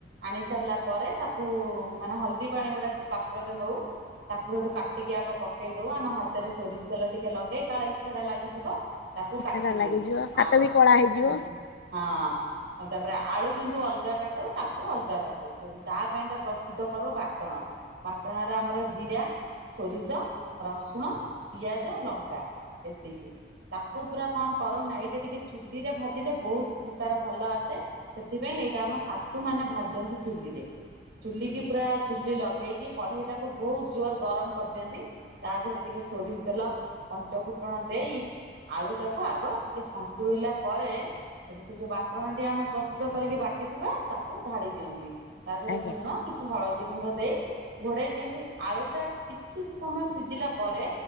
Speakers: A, on the right (about 85°); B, on the left (about 70°).
A: ଆଣି ସାରିଲା ପରେ ତାକୁ ମାନେ ହଳଦୀ ପାଣିଗୁଡ଼ା ପାତ୍ରରେ ନୋଉ ତାକୁ ହେଟୁ କାଟିକି ଆଗ ପକେଇ ଦଉ ଆମ ହାତରେ ସୋରିଷ ତେଲ ଟିକେ ଲଗେଇ କାଳେ ଇଠାଟା ଲାଗିଯିବ ତାକୁ
B: ପିଠାଟା
A: କାଟି ଦିଓଉ
B: ଲାଗିଯିବ ହାତ
A: ଆଳୁ
B: ବି କଳା ହେଇଯିବ
A: ହୁଁ। ହଁ ଆଉ ତାପରେ ଆଳୁ କିନ୍ତୁ ଅଲଗା କାଟାଉ ତାକୁ ଅଲଗା କାଟାଉ। ତା ପାଇଁକା ପ୍ରସ୍ତୁତ କରୁ ବାଟଣ ବାଟଣରେ ଆମର ଜିରା ସୋରିଷ, ରସୁଣ, ପିଆଜ, ଲଙ୍କା ଏତିକି। ତାକୁ ପୁରା କଣ କରନା ଏଇଟା ଟିକେ ଚୁଲି ରେ ଭାଜିଲେ ବୋହୁତ ତାର ଭଲ ଆସେ। ସେଥିପାଇଁ ଏଇଟା ଆମ ଶାଶୁ ମାନେ ଭାଜନ୍ତି ଚୁଲିରେ। ଚୁଲିକି ପୁରା ଚୁଲି ଲଗେଇକି କଢେଇ ଟାକୁ ବୋହୁତ ଜୋର ଗରମ କରିଦିଅନ୍ତି ତା ଦେହରେ ଟିକେ ସୋରିଷ ତେଲ ପଞ୍ଚ ଫୁଟଣ ଦେଇ ଆଳୁ ଟାକୁ ଆଗ ଟିକେ ସନ୍ତୁଳିଲା ପରେ ଠୁ ସେ ଯୋଉ ବାଟଣଟି ଆମେ ପ୍ରସ୍ତୁତ କରିକି ବାଟିଥିବା ତାକୁ ଢାଳି ଦିଅନ୍ତି ତା ଦେହରେ
B: ଆଜ୍ଞା
A: ଲୁଣ କିଛି ହଳଦୀ ଗୁଣ୍ଡ ଦେଇ ଘୋଡ଼ାଇ ଦିଅନ୍ତୁ ଆଳୁଟା କିଛି ସମୟ ସିଝିଲା ପରେ